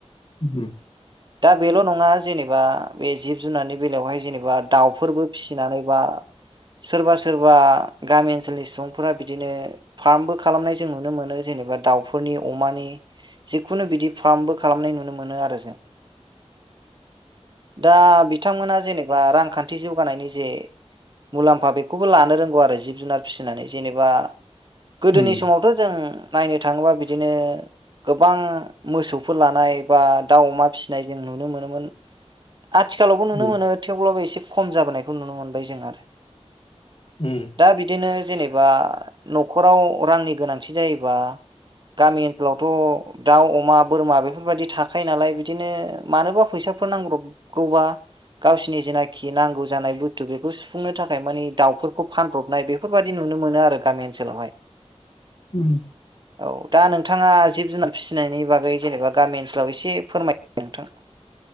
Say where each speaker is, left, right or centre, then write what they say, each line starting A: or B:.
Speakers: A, on the left; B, on the right.
A: ओम
B: दा बेल' नङा जेनेबा बे जिब जुनारनि बेलायावहाय जेनेबा दाउफोरबो फिसिनानै बा सोरबा सोरबा गामि ओनसोलनि सुबुंफोरा बिदिनो फार्मबो खालामनाय जों नुनो मोनो जेनेबा दावउफोरनि अमानि जिखुनु बिदि फार्मबो खालामनाय नुनो मोनो आरो जों दा बिथांमोना जेनेबा रांखान्थि खाथि जौगानायनि जे मुलाम्फा बेखौबो लानो रोंगौ आरो जिब जुनार फिसिनानै जेनेबा गोदोनि
A: उम
B: समावथ' जों नायनो थाङोबा बिदिनो गोबां मोसौफोर लानाय बा दाउ अमा फिसिनाय जों नुनो मोनोमोन आथिखालावबो नुनो
A: उम
B: मोनो थेवब्लाबो एसे खम जाबोनायखौ नुनो मोनबाय जों आरो
A: उम
B: दा बिदिनो जेनेबा न'खराव रांनि गोनांथि जायोबा गामि ओनसोलावथ' दाउ अमा बोरमा बेफोरबायदि थाखायो नालाय बिदिनो मानोबा फैसा फोर नांब्रबगौबा गावसिनि जेना खि नांगौ जानाय बुस्थु बेखौ सुफुंनो थाखाय मानि दाउफोरखौ फानब्रबनाय बेफोरबायदि नुनो मोनो आरो गामि ओनसोलावहाय
A: ओम
B: औ दा नोंथाङा जिब जुनार फिसिनायनि बागै जेनेबा गामि ओनसोलाव एसे फोरमाय नोंथां